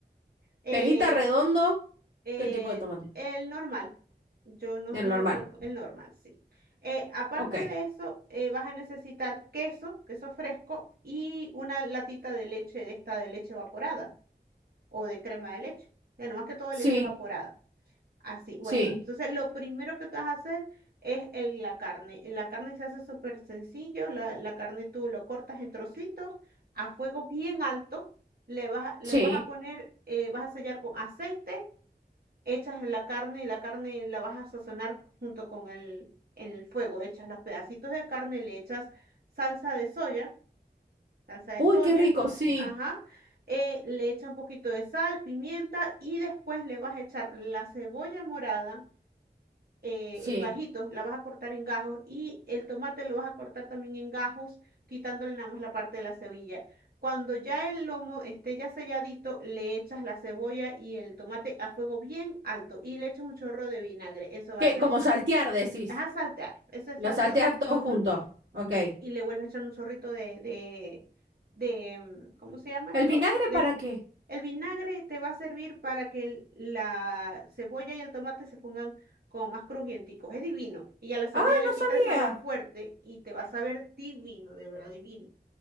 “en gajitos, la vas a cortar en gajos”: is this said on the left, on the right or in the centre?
Right